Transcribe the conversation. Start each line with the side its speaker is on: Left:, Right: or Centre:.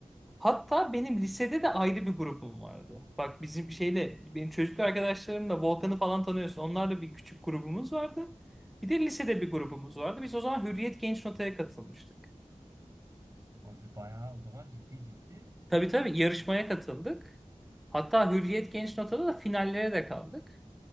Centre: Hatta benim lisede de ayrı bir grubum vardı. Bak bizim şeyle, benim çocukluk arkadaşlarımla Volkan'ı falan tanıyorsun. Onlarla bir küçük grubumuz vardı. Bir de lisede bir grubumuz vardı. Biz o zaman Hürriyet Genç Nota'ya katılmıştık.
Right: O z- bayağı o zaman ciddi ciddi
Centre: Tabii tabii yarışmaya katıldık. Hatta Hürriyet Genç Nota'da da finallere de kaldık.